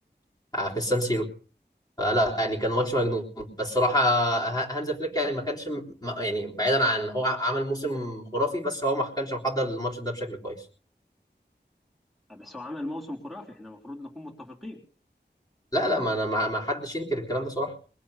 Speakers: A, on the left (about 20°); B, in the centre.
A: آه، في السان سيرو فلا يعني كان ماتش مجنون بس صراحة ه- هانز فليك يعني ما كانش م- ما- يعني بعيدا عن هو ع- عمل موسم خرافي بس هو ما كانش محضر الماتش ده بشكل كويس
B: بس هو عمل موسم خرافي احنا المفروض نكون متفقين
A: لا لا ما انا ما ما حدش ينكر الكلام ده صراحة